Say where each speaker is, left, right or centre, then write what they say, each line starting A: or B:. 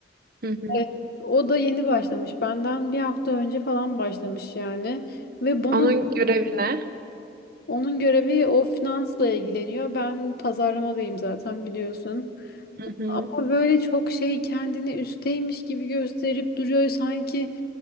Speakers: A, on the right; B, on the left.
A: Hı hı.
B: Evet. O da yeni başlamış. Benden bir hafta önce falan başlamış yani. Ve bana
A: Onun görevi ne?
B: onun görevi o finansla ilgileniyor. Ben pazarlamadayım zaten biliyorsun.
A: Hı hı.
B: O böyle çok şey kendini üsteymiş gibi gösterip duruyor sanki